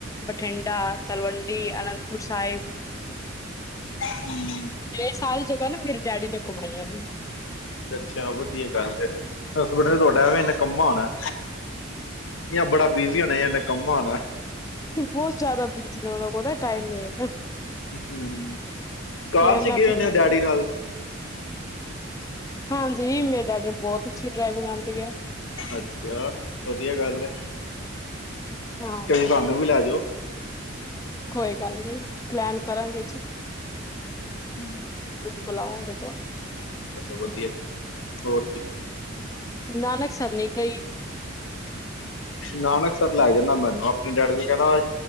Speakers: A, on the left; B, on the left.
A: ਬਠਿੰਡਾ ਤਲਵੰਡੀ ਅਨੰਦਪੁਰ ਸਾਹਿਬ।
B: ਹਮ।
A: ਇਹ ਸਾਰੀ ਜਗ੍ਹਾ ਨਾ ਮੇਰੇ ਡੈਡੀ ਨੇ ਘੁਮਾਈਆਂ ਨੇ।
B: ਅੱਛਾ ਵਧੀਆ ਗੱਲ ਹਸਬੈਂਡ ਤੁਹਾਡਾ ਐਵੇ ਨਿਕੰਮਾ ਹੋਣਾ ਯ ਬੜਾ ਬਿਜੀ ਹੋਣਾ ਨਿਕੰਮਾ ਹੋਣਾ।
A: ਬਹੁਤ ਜ਼ਿਆਦਾ ਬੀਜ ਨੇ ਉਹ ਕੋ ਨਾ ਟਾਈਮ ਨਹੀਂ ਹੈਗਾ।
B: ਹਮ ਕਾਰ
A: ਤੇ
B: ਚਗੇ
A: ਮੈਂ ਆਪਣੇ
B: ਹੋਣੇਔ ਡੈਡੀ
A: ਨੇ
B: ਨਾਲ।
A: ਹਾਂਜੀ ਮੇਰੇ ਡੈਡੀ ਨੂੰ ਬਹੁਤ ਅੱਛੀ ਡਰਾਈਵਿੰਗ ਆਉਂਦੀ ਹੈ।
B: ਅੱਛਾ ਵਧੀਆ ਗੱਲ ਹੈ।
A: ਹਾਂਜੀ
B: ਕਦੀ ਸਾਨੂੰ ਵੀ ਲੈਜਓ।
A: ਕੋਈ ਗੱਲ ਨੀ ਪਲੈਨ ਕਰਾਂਗੇ ਜੀ।
B: ਹਮ।
A: ਬੁਲਾਓਗੇ ਤੂੰ।
B: ਚਲੋ ਵਧੀਆ ਹੋਰ ਠੀਕ।
A: ਨਾਨਕ ਸਰਨੀ ਕਈ
B: ਨਾਨਕਸਰ ਲੈ ਜਾਂਣਾਂ ਮੈਨੂੰ ਆਪ ਆਪਣੇ ਡੈਡੀ ਨੂੰ ਕਹਿੰਦਾ